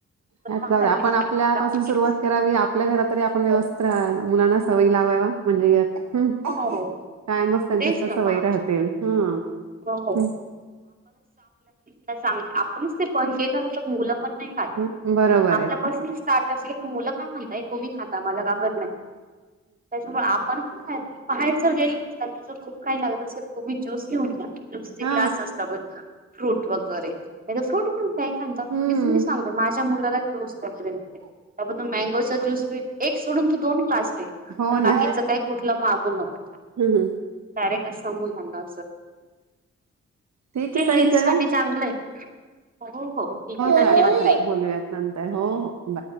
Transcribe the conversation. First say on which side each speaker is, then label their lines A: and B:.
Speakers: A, on the right (about 65°); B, on the right (about 30°).
A: हं
B: पण
A: <unintelligible>
B: हल्लीची
A: आपण आपल्यापासून
B: भाजी
A: सुरुवात करावी. आपल्या घरात तरी आपण व्यवस्थित हां मुलांना सवयी लावायला म्हणजे यात, हं
B: हो
A: कायमच त्यांच्या
B: तेच
A: त्या
B: ना
A: सवयी
B: मग.
A: राहतील, ह्म्म
B: हो
A: हं
B: काय सांग, आपणच ते पण ते तर मुलं पण नाय खात.
A: हम्म बरोबर
B: आपल्यापासून
A: आहे
B: स्टार्ट असलं तर, मुलं काय म्हणतायेत तुम्ही खाता, मला <unintelligible> नाय. त्याचामुळ आप म्हण पण काय बाहेर जर गेलं नसत तस खूप काही लागत तु्ही ज्योस घेऊन जा. नुसती
A: हा
B: क्लास असता पण फ्रूट व फ्रुट वगैरे. नाहीतर फ्रुट घेऊन यायला सांगत
A: हम्म
B: मी सगतोय माझ्या मुलाला मग ज्यूस वगैरे त्यापेक्षा मॅंगो च ज्यूस तुम्ही एक सोडून दोन दोन ग्लास देईन.
A: हो
B: पण
A: ना
B: बाकीच काही कुठलं मागू नको
A: हं, हं.
B: डायरेक्ट. त्या मुलांना.
A: ठीक
B: ते
A: आहे ताई
B: हेल्थ
A: चला
B: साठी चांगलं आहे हो ठीक आहे
A: चालेल
B: धन्यवाद
A: चला
B: तई.
A: बोलूयात नंतर हो हो बाय